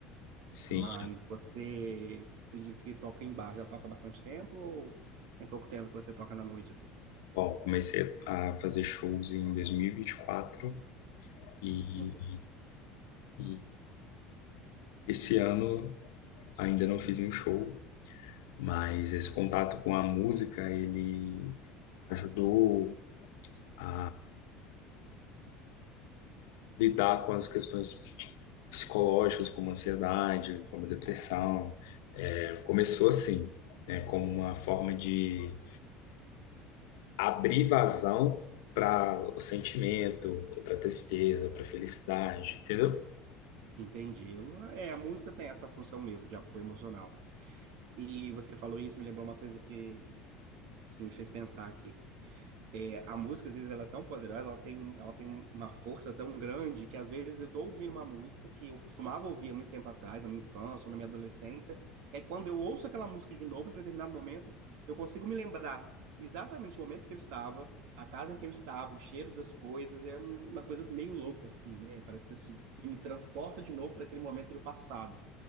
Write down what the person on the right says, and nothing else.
Mas você, você disse que toca em bar, já toca há bastante tempo ou tem pouco tempo que você toca na noite assim?
Ente-
Entendi. Eu- É, a música tem essa função mesmo de apoio emocional. E você falou isso, me lembrou uma coisa que, que me fez pensar aqui. é, a música, às vezes, ela é tão poderosa, ela tem, um- ela tem uma força tão grande que, às vezes, eu estou ouvindo uma música que eu costumava ouvir há muito tempo atrás, na minha infância ou na minha adolescência, e aí quando eu ouço aquela música de novo, em determinado momento, eu consigo me lembrar exatamente o momento que eu estava, a casa em que eu estava, o cheiro das coisas, é uma coisa meio louca, assim, né? Parece que, isso- que me transporta de novo para aquele momento do passado.